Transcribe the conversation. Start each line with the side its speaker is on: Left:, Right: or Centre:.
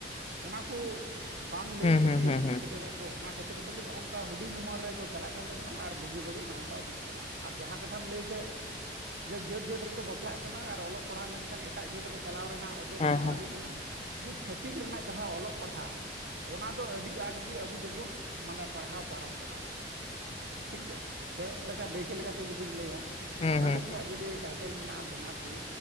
Right: ᱚᱱᱟ ᱠᱚ ᱵᱟᱝ ᱞᱟᱹᱭ
Left: ᱦᱩᱸ
Right: ᱠᱷᱟᱹᱛᱤᱨ
Left: ᱦᱩᱸ ᱦᱩᱸ
Right: ᱮᱴᱠᱮᱴᱚᱬᱮᱜ
Left: ᱦᱩᱸ
Right: ᱠᱚ ᱚᱱᱟ ᱠᱷᱟᱹᱛᱤᱨ ᱛᱮ ᱛᱮᱜᱮ ᱱᱚᱜᱼ ᱱᱚᱝᱠᱟ ᱦᱩᱰᱤᱧ ᱩᱢᱮᱨ ᱨᱮᱠᱚ ᱪᱟᱞᱟᱜ ᱠᱟᱱ ᱛᱟᱵᱚᱱᱟ ᱟᱨ ᱵᱩᱜᱤ ᱵᱟᱹᱲᱤᱡ ᱱᱚᱜᱼᱚ ᱱᱚᱠᱟ ᱦᱩᱭᱩᱜ ᱠᱟᱱᱟ ᱟᱨ ᱡᱟᱦᱟᱸ ᱠᱟᱛᱷᱟᱢ ᱞᱟᱹᱭ ᱠᱮᱫ ᱡᱮ ᱡᱟᱹᱛ ᱡᱟᱹᱛ ᱨᱮᱠᱚ ᱵᱟᱯᱞᱟᱜ ᱠᱟᱱᱟ ᱟᱨ ᱚᱞᱚᱜ ᱯᱟᱲᱦᱟᱣ ᱞᱮᱱᱠᱷᱟᱱ ᱮᱴᱟᱜ ᱡᱟᱹᱛ ᱨᱮ ᱪᱟᱞᱟᱣ ᱨᱮᱱᱟᱜ ᱚᱡᱮ
Left: ᱦᱮᱸ
Right: ᱫᱚ ᱱᱚᱣᱟ
Left: ᱦᱮᱸ
Right: ᱜᱮ ᱠᱟᱱᱟ ᱡᱮ ᱪᱷᱟᱹᱛᱤᱠ ᱨᱮᱱᱟᱜ ᱡᱟᱦᱟᱸ ᱚᱞᱚᱜ ᱯᱟᱲᱦᱟᱣ ᱚᱱᱟ ᱫᱚ ᱟᱹᱰᱤ ᱟᱸᱴ ᱜᱮ ᱟᱵᱚ ᱫᱚᱵᱚᱱ ᱢᱟᱱᱮ ᱯᱟᱲᱦᱟᱣ ᱯᱟᱨᱚᱢ ᱠᱟᱫᱟ ᱴᱷᱤᱠ ᱜᱮᱭᱟ ᱪᱮᱫ ᱞᱮᱠᱟ ᱫᱟᱹᱭᱠᱟᱹ ᱞᱮᱠᱟᱛᱮ ᱡᱩᱫᱤᱧ ᱞᱟᱹᱭᱟ
Left: ᱦᱩᱸ
Right: ᱵᱟᱝᱜᱟᱞᱤ
Left: ᱦᱩᱸ
Right: ᱠᱚᱣᱟᱜ ᱡᱩᱫᱤ ᱴᱟᱭᱴᱮᱞ ᱢᱮᱱᱟᱜᱼᱟ ᱵᱮᱱᱟᱨᱡᱤ